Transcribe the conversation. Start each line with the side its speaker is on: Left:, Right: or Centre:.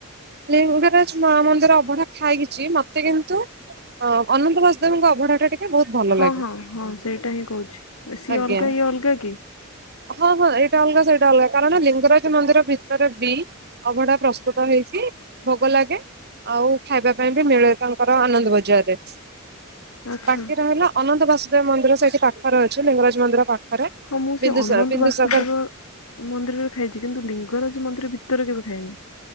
Right: ଲିଙ୍ଗରାଜ ମା ମନ୍ଦିର ଅବଢା ଖାଇଛି ମତେ କିନ୍ତୁ ଅ ଅନନ୍ତ ବାସୁଦେବଙ୍କ ଅବଢା ଟା ଟିକେ ବହୁତ ଭଲ
Left: ହଁ
Right: ଲାଗେ
Left: ହଁ ହଁ ସେଇଟା ହିଁ କହୁଛି ସିଏ
Right: ଆଜ୍ଞା।
Left: ଅଲଗା ଇଏ ଅଲଗା କି?
Right: ହଁ ହଁ ଏଇଟା ଅଲଗା, ସେଇଟା ଅଲଗା କାରଣ ଲିଙ୍ଗରାଜ ମନ୍ଦିର ଭିତରେ ବି ଅଭଢା ପ୍ରସ୍ତୁତ ହେଇଛି ଭୋଗ ଲାଗେ। ଆଉ ଖାଇବା ପାଇଁ ବି ମିଳେ, ତାଙ୍କର ଆନନ୍ଦ ବଜାରେ।
Left: ଆଛା।
Right: ବାକି ରହିଲା ଅନନ୍ତ ବାସୁଦେବ ମନ୍ଦିର ସେଇଠି ପାଖରେ ଅଛି, ଲିଙ୍ଗରାଜ ମନ୍ଦିର ପାଖରେ
Left: ହଁ, ମୁଁ ସେ
Right: ବିନ୍ଦୁସାର
Left: ଅନନ୍ତ
Right: ବିନ୍ଦୁସାଗର
Left: ବାସୁଦେବ ମନ୍ଦିରରେ ଖାଇଛି, କିନ୍ତୁ ଲିଙ୍ଗରାଜ ମନ୍ଦିର ଭିତରେ କେବେ ଖାଇନି।